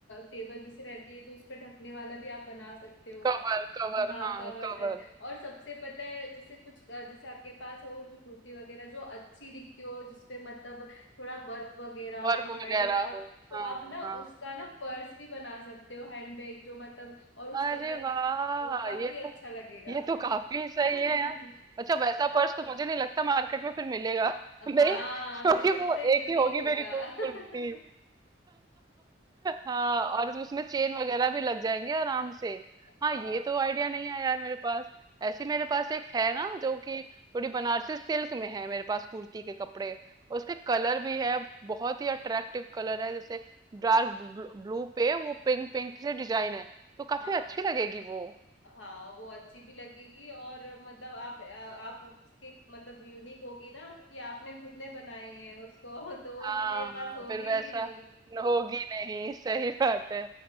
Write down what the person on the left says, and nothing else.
टेबल जैसे रहती है तो उस पे ढकने वाला भी आप बना सकते हो
हाँ
कावाटन
और सबसे पता है जैसे कुछ अ, जैसे आपके पास हो जो कुर्ती वगैरह जो अच्छी दिखती हो जिसपे मतलब थोड़ा वर्क वगैरह
और एम्ब्रॉयडरी
का
तो
आप ना
उसका ना पर्स भी बना सकते हो हैंडबैग जो मतलब और उसके
अंदर
वो काफी
अच्छा
लगेगा
<laughs>
हाँ
फिर सबसे
यूनिक
होगा
<laughs>
हाँ
हाँ
हाँ वो अच्छी भी लगेगी और मतलब आप आप उसकी मतलब यूनिक होगी ना क्योंकि आपने खुद ने बनाई है उसको <laughs> तो और
किसी के पास
होगी
भी नहीं